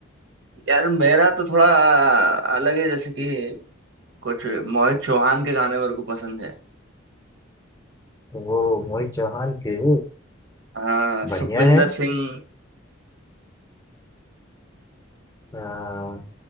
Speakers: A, on the right (about 65°); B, on the left (about 15°).
A: यार मेरा तो थोड़ा अलग है जैसे कि कुछ मोहित चौहान के गाने मेरे को पसंद है
B: वो मोहित चौहान के
A: हाँ
B: बढ़िया
A: सुखविंदर
B: है
A: सिंह
B: हाँ